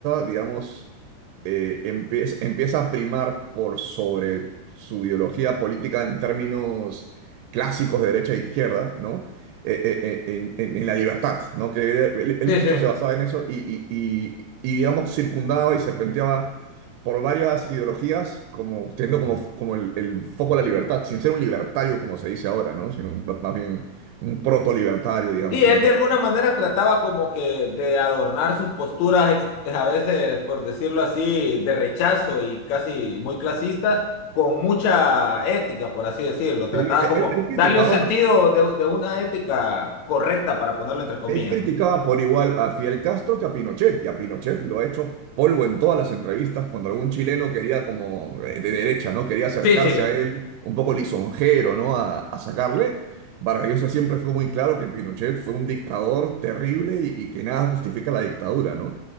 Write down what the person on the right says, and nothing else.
digamos, eh, empieza, empieza a primar por sobre su ideología política en términos clásicos de derecha e izquierda, ¿no? Eh, eh, eh, en, en- en la libertad, ¿no? Que él, él
mucho
se basaba en eso y, y, y- y, digamos, circundaba y serpenteaba por varias ideologías, como teniendo como, como el, el foco a la libertad, sin ser un libertario como se dice ahora, ¿no? Sino más bien un proto-libertario, digamos,
una
cosa.
Sí, él,
él- él criticaba,
él criticaba
por igual a Fidel Castro que a Pinochet, y a Pinochet lo ha hecho polvo en todas las entrevistas cuando algún chileno quería como eh, de derecha, ¿no? Quería acercarse
a él un poco lisonjero, ¿no? A, a sacarle. Vargas Llosa siempre fue muy claro que Pinochet fue un dictador terrible y, y que nada justifica la dictadura, ¿no?